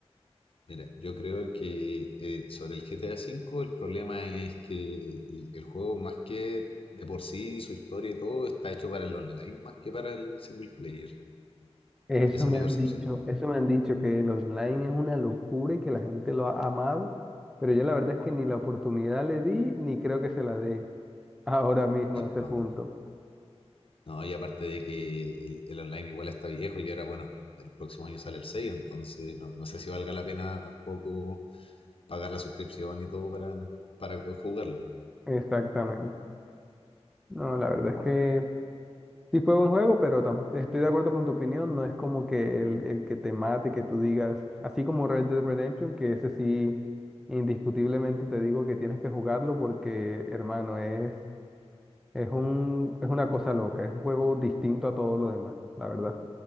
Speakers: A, on the left (about 55°); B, in the centre.
A: Mira, yo creo que eh, sobre el GTA V el problema es que el, el juego más que de por sí, su historia y todo, está hecho para el online más que para el single player.
B: Eso
A: Esa
B: me
A: es mi
B: han
A: percepción
B: dicho,
A: al menos.
B: eso me han dicho que el online es una locura y que la gente lo ha amado, pero yo la verdad es que ni la oportunidad le di, ni creo que se la dé ahora mismo a este
A: No,
B: punto.
A: no, y aparte de que el, el online igual está viejo y ahora, bueno, el próximo año sale el 6, entonces no, no sé si valga la pena tampoco pagar la suscripción y todo para, para jugarlo.
B: Exactamente. No, la verdad es que Sí fue buen juego, pero tam- estoy de acuerdo con tu opinión, no es como que el, el que te mate, que tú digas, así como Red Dead Redemption, que ese sí, indiscutiblemente te digo que tienes que jugarlo porque, hermano, es, es un, es una cosa loca, es un juego distinto a todo lo demás, la verdad.